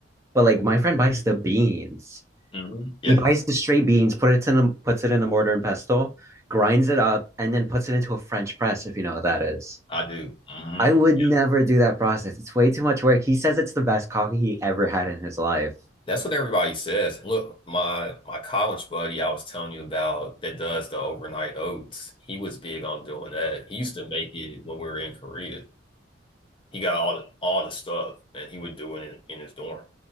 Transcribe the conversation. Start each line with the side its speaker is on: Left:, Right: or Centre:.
Right: But like my friend buys the beans.
Left: Mhm. Yeah,
Right: He buys the straight beans, put it in a, puts it in a mortar and pestle, grinds it up, and then puts it into a French press, if you know what that is.
Left: I do. hmm
Right: I would
Left: Yeah.
Right: never do that process. It's way too much work. He says it's the best coffee he ever had in his life.
Left: That's what everybody says. Look, my my college buddy I was telling you about that does the overnight oats. He was big on doing that. He used to make it when we were in Korea. He got all the, all the stuff and he would do it in, in his dorm. Yeah.